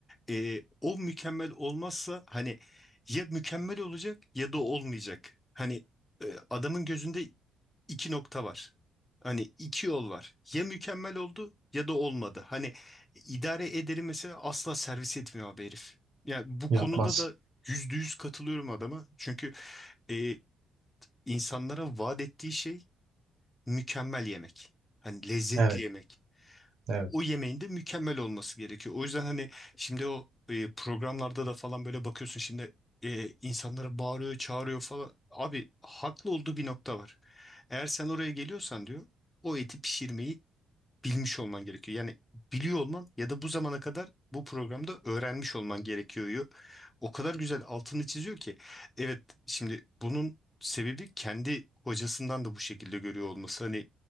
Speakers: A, on the left; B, on the right.
A: e, o mükemmel olmazsa hani ya mükemmel olacak ya da olmayacak. Hani e, adamın gözünde iki nokta var. Hani iki yol var. Ya mükemmel oldu ya da olmadı. Hani idare ederi mesela asla servis etmiyor abi herif. Yani bu
B: Yapmaz.
A: konuda da yüzde yüz katılıyorum adama. Çünkü e, insanlara vaat ettiği şey mükemmel yemek. Hani lezzetli
B: Evet,
A: yemek
B: evet.
A: o yemeğin de mükemmel olması gerekiyor. O yüzden hani şimdi o e, programlarda da falan böyle bakıyorsun şimdi e, insanlara bağırıyor, çağırıyor falan. Abi haklı olduğu bir nokta var. Eğer sen oraya geliyorsan diyor o eti pişirmeyi bilmiş olman gerekiyor. Yani biliyor olman ya da bu zamana kadar bu programda öğrenmiş olman gerekiyor. diyor. O kadar güzel altını çiziyor ki. Evet şimdi bunun sebebi kendi hocasından da bu şekilde görüyor olması. Hani